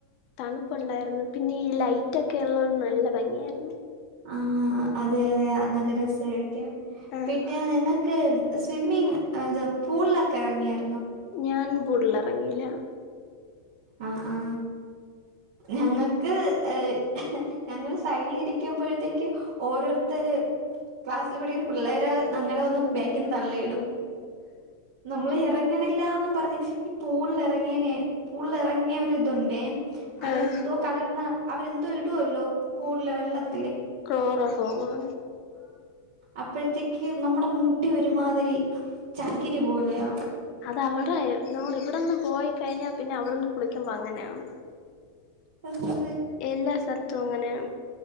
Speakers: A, on the left (about 40°); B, on the right (about 55°).
A: തണുപ്പൊണ്ടായിര് പിന്നെ ഈ ലൈ ലൈറ്റൊക്കെ ഒള്ളോണ്ട് നല്ല ഭംഗി എര്ന്ന്
B: ആഹ് അതെ അതെ നല്ല രസായിരിക്കും
A: ആഹ്
B: പിന്നെ നിങ്ങക്ക് ഉം സ്വിമ്മിങ് അത് പൂളിലൊക്കെ ഇറങ്ങിയാര്
A: ഞാൻ പുൾ ള്ളറങ്ങീല
B: ആ ആ ഞങ്ങക്ക് ഏ ഞങ്ങള് സൈഡിൽ ഇരിക്കുമ്പോഴത്തേക്കും ഓരോരുത്തര് ക്ലാസ്സില് പഠിക്കുന്ന പിള്ളേര് നങ്ങട വന്ന് ബേക്കിന്ന് തള്ളിയിടും നമ്മള് എ റങ്ങണില്ലാന്നും പറഞ്ഞ് ഈ പൂളിൽ എറങ്ങിനേ പൂളെറങ്ങിയ ഒരിതുണ്ടേ അയില്
A: ആഹ്
B: എന്തോ കലർന്ന അവരെന്തോ ഇടുവല്ലോ പൂൾല വെള്ളത്തി
A: ക്ലോറോഫോമ്
B: അപ്പോഴത്തേക്കും നമ്മുട മുടി ഒരുമാതിരി ചകിരി പോലെയാവും
A: അതവിടെ നമ്മളിവിടെന്ന് പോയി കഴിഞ്ഞാ പിന്നെ അവിട്ന്ന് കുളിക്കുമ്പോ അങ്ങനെ നം
B: <unintelligible>
A: എല്ലാ സ്ഥലത്തും അങ്ങനെയാണ്